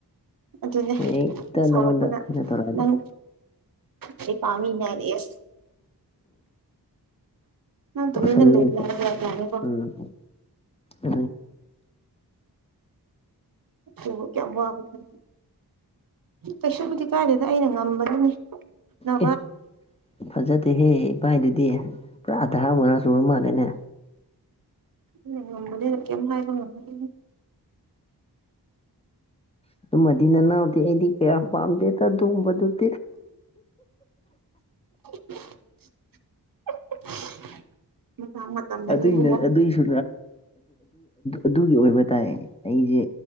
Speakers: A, on the right; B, on the left.
A: ꯑꯗꯨꯅꯦ
B: ꯍꯦꯛꯇ
A: ꯁꯥꯎꯔꯛꯄꯗ
B: ꯅꯪꯉꯣꯟꯗ ꯀꯩꯅꯣ ꯇꯧꯔꯛꯑꯗꯤ
A: ꯅꯪ ꯑꯩ ꯄꯥꯝꯃꯤꯅꯦ ꯍꯥꯏꯅ ꯑꯦꯁ ꯅꯪ ꯇꯨꯃꯤꯟꯅ
B: ꯑ ꯁꯂꯦꯇ
A: ꯂꯩꯒꯦ ꯍꯥꯏꯕ ꯌꯥꯗꯦꯅꯦꯀꯣ
B: ꯎꯝ ꯑ
A: ꯑꯗꯨꯕꯨ ꯀꯌꯥꯝ ꯋꯥꯕ ꯊ ꯀꯩꯁꯨꯕꯨꯗꯤ ꯀꯥꯏꯗꯗ ꯑꯩꯅ ꯉꯝꯕꯗꯨꯅꯤ ꯅꯦ
B: ꯑꯦ ꯐꯖꯗꯦꯍꯦ ꯏꯚꯥꯏꯗꯨꯗꯤ ꯄꯨꯔꯥ ꯑꯙꯥ ꯑꯃ ꯃꯉꯥ ꯆꯨꯔ ꯃꯥꯜꯂꯦꯅꯦ
A: ꯎꯝ ꯃꯝꯕꯗꯤ ꯀꯦꯥꯏꯣ ꯉꯅꯤ
B: ꯑꯗꯨꯃꯗꯤ ꯅꯅꯥꯎꯗꯤ ꯑꯩꯗꯤ ꯀꯌꯥ ꯄꯥꯝꯗꯦꯗ ꯑꯗꯨꯒꯣꯡꯕꯗꯨ <inaudible>
A: <inaudible> ꯃꯇꯝꯅꯅꯤ
B: ꯑꯗꯨ
A: ꯏꯕꯨꯡꯉꯣ
B: ꯑꯗꯨꯏꯁꯨ ꯑꯗꯨꯒꯤ ꯑꯣꯏꯕ ꯍꯥꯏ ꯇꯥꯏ ꯑꯩꯁꯦ